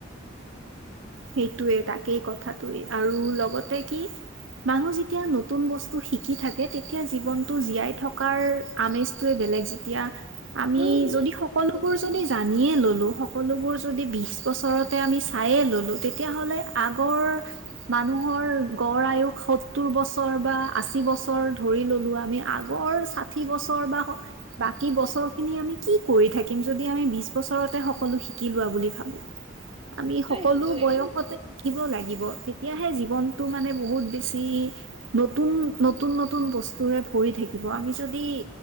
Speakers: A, on the right; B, on the right.
A: সেইটোৱে তাকেই কথাটোৱে আৰু লগতে কি? মানুহ যেতিয়া নতুন বস্তু শিকি থাকে, তেতিয়া জীৱনটো জীয়াই থকাৰ আমেজটো বেলেগ যেতিয়া আমি
B: উম হম
A: যদি সকলো বোৰ যদি জানিয়ে ল'লো, সকলোবোৰ যদি বিছ বছৰতে আমি চাইয়ে ল'লো। তেতিয়াহ'লে আগৰ মানুহৰ গড় আয়ুস সত্তৰ বছৰ বা আশী বছৰ ধৰি ল'লো আমি আগৰ ষাঠি বছৰ বা বাকী বছৰ খিনি আমি কি? কৰি থাকিম, যদি আমি বিশ বছৰতে সকলো শিকি লোৱা বুলি ভাবোঁ। আমি
B: সেইটোয়ে
A: সকলো
B: সেইটোয়ে
A: বয়সতে
B: একদম
A: শিকিব লাগি গিব তেতিয়াহে জীৱনতটো মানে বহুত বেছি নতুন, নতুন, নতুন বস্তুৰে ভৰি থাকিব আমি যদি